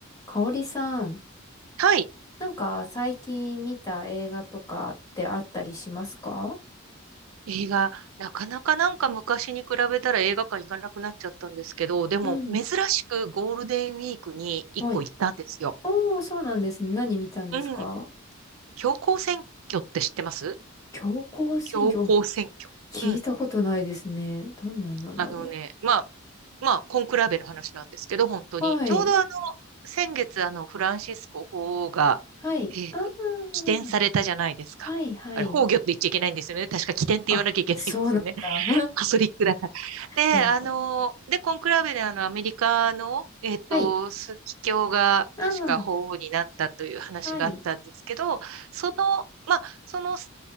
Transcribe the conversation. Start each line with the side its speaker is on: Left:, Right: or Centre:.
Left: かおりさん、
Right: はい。
Left: なんか最近見た映画とかってあったりしますか
Right: 映画、なかなかなんか昔に比べたら映画館行かなくなっちゃったんですけど、でも珍しくゴールデンウィークに一個行ったんですよ。
Left: うん。はい。おー、そうなんですね。何見たんですか
Right: うん。強行選挙って知ってます
Left: 強行選挙、
Right: 強行選挙。
Left: お聞いたことないですね。
Right: うん。
Left: どんなのだろ
Right: あのね、まあ、まあ、コンクラベの話なんですけど、本当に。
Left: う。はい。
Right: ちょうどあの、先月あの、フランシスコ法王が、
Left: はい。
Right: えっと、
Left: あー。
Right: 起点されたじゃないですか。
Left: はい、はい。
Right: あれ、崩御って言っちゃいけないんですよね。確か起点って言わなきゃいけないんですよね。
Left: あ、そうなんだ。<laughs>
Right: カソリックだから。で、
Left: なるほど。
Right: あの、で、コンクラベであの、アメリカの、えっと、
Left: はい。
Right: 枢機卿が確か法皇になったという話があったんですけど、
Left: あー。はい。
Right: その、まあ、その